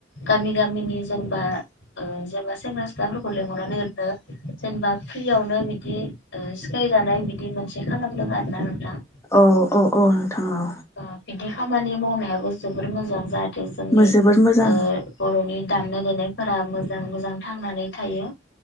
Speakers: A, on the left; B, on the left.
A: गामि गामिनि जेनेबा ओ जेनेबा सेंग्रा सिख्लाफोरखौ लेंंहरनानै ओरनो जेनेबा फ्रियावनो बिदि ओ सिखायजानाय बिदि मोनसे खालामदों आर ना नोंथां
B: औ औ औ नोंथां औ
A: ओ बिदि खामानि मावनायाबो जोबोर मोजां जाहाथे जोंनि
B: जोबोद मोजां
A: ओ बर'नि दामनाय देनायफोरा मोजाङै मोजां थांनानै थायो